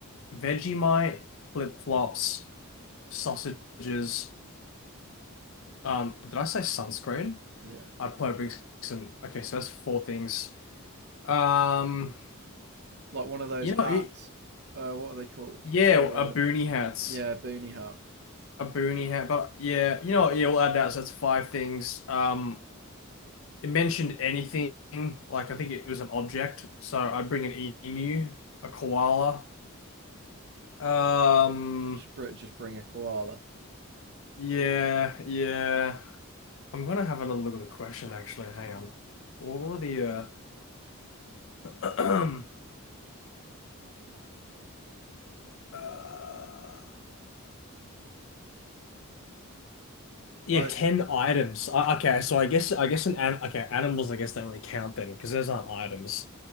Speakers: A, on the left; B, on the right.
A: Vegemite, flip-flops. sausages. Um, did I say sunscreen?
B: Yeah,
A: I'd probably bring some. Okay, so that's four things. Um,
B: like one of those
A: you
B: hats.
A: know, it,
B: Uh, what are they called?
A: yeah,
B: The
A: a boonie hats,
B: yeah, boonie hat.
A: a boonie hat, but yeah, you know, yeah, we'll add that. So that's five things. Um, it mentioned anything like I think it, it was an object, so I'd bring an emu, a koala. Um,
B: Just br- just bring a koala.
A: yeah, yeah. I'm gonna have another look at the question actually. Hang on. What were the uh <clears throat> Uh, yeah,
B: I
A: 10 items. Uh, okay, so I guess I guess an, an okay, animals I guess don't really count then because those aren't items.